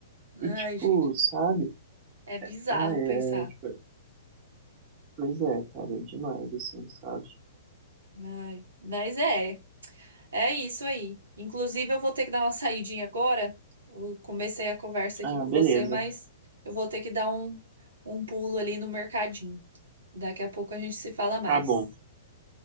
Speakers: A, on the right; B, on the right.
A: E
B: Ai,
A: tipo,
B: gente,
A: sabe?
B: é bizarro
A: Ah, é,
B: pensar.
A: tipo, pois é, cara, é demais, assim, sabe?
B: Ai, mas é, é isso aí. Inclusive, eu vou ter que dar uma saidinha agora. Eu comecei a conversa aqui
A: Ah,
B: com
A: beleza.
B: você, mas eu vou ter que dar um, um pulo ali no mercadinho. Daqui a pouco a gente se fala mais.
A: Tá bom.